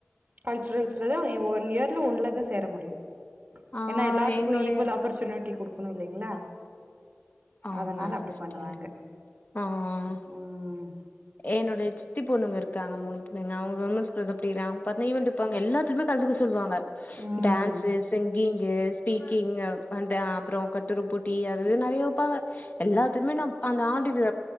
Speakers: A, on the right (about 40°); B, on the left (about 40°).
A: கல்ச்சுரல்ஸ்ல தான் ஒன் இயர் ஒன்ன தான் சேர முடியும்
B: ஆ
A: ஏன்னா எல்லாத்துக்கும்
B: என்னுடைய
A: ஈக்குவல் ஆப்பர்ச்சூன் டி கொடுக்கணும் இல்லைங்களா
B: ஆமா
A: அதனால அப்டி
B: சிஸ்டர்
A: பண்ணுவாங்க
B: ஆ ஆ
A: ம்
B: என்னுோடைய சித்தி பொண்ணுங்க இருக்கு இருக்காங்க மூணு புள்ளைங்க அவங்க <inaudible> அப்டி ஈவன் வைப்பாங்க எல்லாத்துலயும் கலந்துக்க சொல்லுவாங்க
A: ம்
B: டான்ஸ் சிங்கிங்கு ஸ்பீக்கிங் அ அப்பறம் கட்டுரு போட்டி அது நெறைய போக எல்லாத்துமேந்த <inaudible> இரு